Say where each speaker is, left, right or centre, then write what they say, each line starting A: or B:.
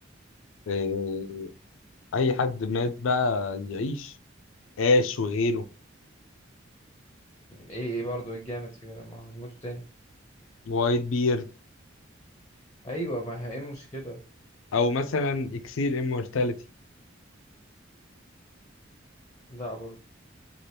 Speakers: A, on the left (about 80°); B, on the left (about 20°).
A: إيه، اي حد مات بقى يعيش اش وغيره
B: ايه ايه برضه ايه الجامد في كده ما هنموتوا تاني
A: وايت بيرد
B: ايوه ما هي- ايه المشكلة
A: او مثلا اكسير immortality
B: لا برضه